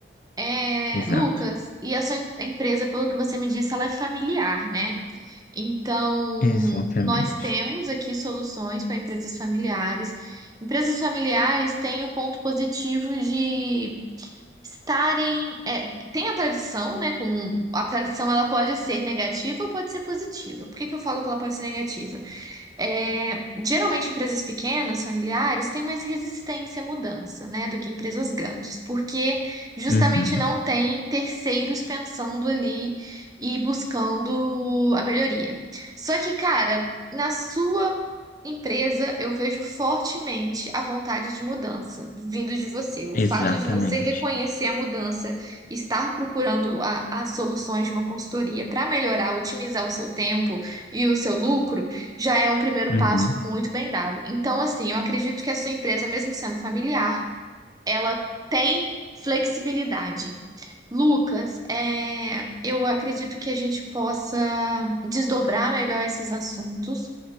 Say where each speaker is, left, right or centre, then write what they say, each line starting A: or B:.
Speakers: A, on the right (about 20°); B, on the left (about 45°).
A: É,
B: Exato,
A: Lucas, e a sua em- empresa, pelo que você me disse, ela é familiar, né? Então,
B: exatamente.
A: nós temos aqui soluções para empresas familiares. Empresas familiares têm o ponto positivo de estarem, é, tem a tradição, né? Com, a tradição ela pode ser negativa ou pode ser positiva. Por que que eu falo que ela pode ser negativa? É, geralmente empresas pequenas, familiares, têm mais resistência à mudança, né, do que empresas grandes, porque justamente
B: Uhum,
A: não tem terceiros pensando ali e buscando a melhoria. Só que, cara, na sua empresa eu vejo fortemente a vontade de mudança vindo de você. O
B: exatamente.
A: fato de você reconhecer a mudança, estar procurando a- as soluções de uma consultoria para melhorar, otimizar o seu tempo e o seu lucro já é um primeiro
B: Uhum.
A: passo muito bem dado. Então, assim, eu acredito que a sua empresa, mesmo sendo familiar, ela tem flexibilidade. Lucas, é, eu acredito que a gente possa desdobrar melhor esses assuntos,